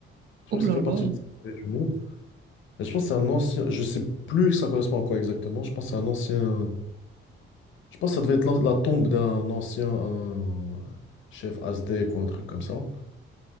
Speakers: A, on the left (about 70°); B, on the right (about 50°).
A: Je
B: Oh
A: crois que
B: là
A: ça fait
B: là.
A: partie des sept merveilles du monde. Et je pense que c'est un ancien. Je sais plus ça correspond à quoi exactement. Je pense que c'est un ancien. Je pense que ça devait être l'an- la tombe d'un ancien un chef aztèque ou un truc comme ça.